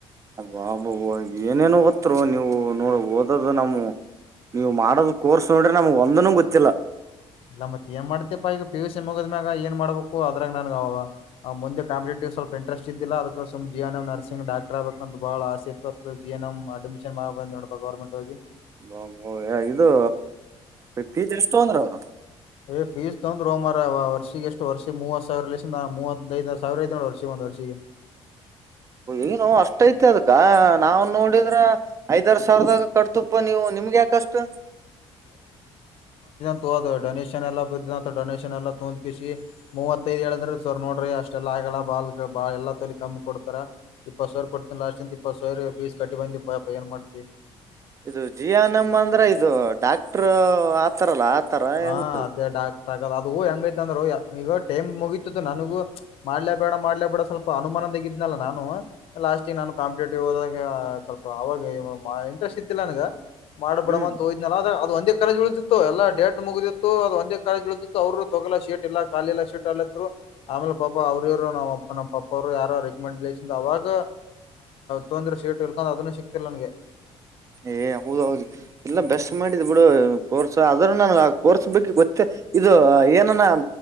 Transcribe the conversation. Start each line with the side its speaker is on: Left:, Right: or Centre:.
Right: ಅಬಾಬಬ ಏನೇನು ಓತ್ರು ನೀವು ನೋಡ ಓದದ ನಮ್ಮೂ. ನೀವು ಮಾಡೋದ ಕೋರ್ಸ್ ನೋಡ್ರೆ ನಮಗ್ ಒಂದನ ಗೊತ್ತಿಲ್ಲ.
Left: ಇಲ್ಲ ಮತ್ತೆ ಏನ್ ಮಾಡ್ತತಿಪ್ಪಾ ಈಗ ಪಿ ಯು ಸಿ ಮುಗದ್ಮ್ಯೆಗ ಏನ್ ಮಾಡ್ಬೇಕು ಅದ್ರಾಗ ನನ್ ಮುಂದೆ ಕಾಂಪಿಟೇಟಿವ್. ಸ್ವಲ್ಪ ಇಂಟ್ರಸ್ ಇದ್ದಿಲ್ಲ ಅದಕ್ಕ್ ಎನ್ ಎಂ ನರ್ಸಿ್ ಡಾಕ್ರ್ಬೇಕ ಅಂತ ಬಹಳ ಆಸಿ ಎನ್ ಎಂ ಅಡ್ಮಿಷನ್ ಮಾಡಿ. ಮೊಬೈಲ್ ನೋಡ್ಕೋ ಗೌರ್ಮೆಂಟ್ ಹೋಗಿ.
Right: ಅಬ್ಬಬ್ಬಾ ಇದು ಫಿಸ್ ಎಸ್ಟ್ ತಗೊಂದ್ರು ಅವ್ರು.
Left: ಏ ಫೀಸ್ ತೊಂದ್ರರೋ ಮರ ವರ್ಷ ಎಷ್ಟ ವರ್ಷ ಮೂವತ್ ಸಾವಿರ ಲ ಮೂವತ್ತೈದು ಸಾವಿರ ಐತ್ ವಷಿ <unintelligible>
Right: ಏನು ಅಷ್ಟೈತೆ ಅದ್ಕ ನಾವ್ ನೋಡಿದ್ರ ಐದಾರ ಸಾವಿರದಾಗ ಕಡ್ತಪ್ಪ ನೀವು. ನಿಮ್ಗೆ ಯಾಕಷ್ಟು.
Left: <unintelligible> ಡನೇಷನ್ ಎಲ್ಲ ಬಿದ್ದ ಅಂತ ಡೊನೇಷನ್ ಎಲ್ಲ ತಂದ ಕಿಸಿ ಮೂವತ್ತೈದ್ ಹೇಳಿದ್ರೆ ಸರ್ ನೋಡ್ರಿ ಅಷ್ಟೆ ಎಲ್ಲ. ಬಾಲ್ ಬಾ ಎಲ್ಲ ತೊಲಿ ಕಮ್ಮಿ ಕೊಡ್ತಾರ ಇಪ್ಪತ್ ಸಾವಿರ ಕೊಡ್ತಿ ಲಾಸ್ಟ್ ಇಪ್ಪತ್ತು ಸಾವಿರ ಫೀಸ್ ಕಟ್ಟಿ ಬಂದು. ಅ ಏನ್ ಮಾಡ್ತಿ.
Right: ಇದು ಜಿ ಎನ್ ಎಮ್ ಅಂದ್ರೆ ಇದು ಡಾಕ್ಟರ್ ಆತಾರಲ್ಲ. ಆತರ
Left: ಹಾ
Right: ಹೆಂಗ್
Left: ಅದೇ ಡಾಕ್ಟರ್ ಆಗದ ಅದು ಹೂ ಹೆಂಗೈತ ಅಂದ್ರ. ಈಗೋ ಟೈಮ್ ಮುಗೀತತ್ತು ನನಗು ಮಾಡ್ಲ ಬೇಡ ಮಾಡ್ಲ ಬೇಡ ಸ್ವಲ್ಪ ಅನುಮಾನದಾಗಿದ್ನಲ್ಲ ನಾನು. ಲಾಸ್ಟ ನಾನು ಕಾಂಪಿಟೇಟಿವ್ ಹೋದಾಗ ಸ್ವಲ್ಪ ಅವಾಗ ಇಂಟ್ರೆಸ್ಟ್ ಇದ್ದಿಲ್ಲ ನನಗೆ. ಮಾಡ್ಬಿಡುಅಂತ
Right: ಹ್ಮ್
Left: ಹೋದ್ನಲ್ಲ ಅ್ರ ಅದು ಒಂದೇ ಕರೆಜ್ ಉಳಿದಿತ್ತು ಎಲ್ಲ ಡೇಟ್. ಮುಗಿದಿತ್ತು ಅದು ಒಂದೇ ಕಾಲ ಇಳಿದಿತ್ತು ಅವರು ತಗೋಾ ಶೀಟ್ ಇಲ್ಲ ಖಾಲ ಎಲ್ಲ ಶೀಟ್ ಅಲ್ಲರು ಆಮೇಲೆ ಪಾಪ ಅವ್ರರುವರು. ನ ನಮ್ಮ ಪಪ್ಪ ಅವರು ಯಾರ ರೆಕಮೆಂಡೇಶನ್ ಅವಾಗ ತೊಂದ್ರೆ ಸೀಟ್ ಇಳ್ಕೊಂಡ್ ಅದನ್ನು ಸಿಕ್ತ. ಲ್ಲಗೆ.
Right: ಏ ಹೌದ್ೌದು ಇಲ್ಲ ಬೆಸ್ಟ್ ಮಾಡಿದ್ ಬಿಡು ಕೋರ್ಸ್ ಆದದ್ರೂ ನನ್ ಆ ಕೋರ್ಸ್ ಬಗ್ಗೆ ಗೊತ್ತೇ. ಇದು ಏನನ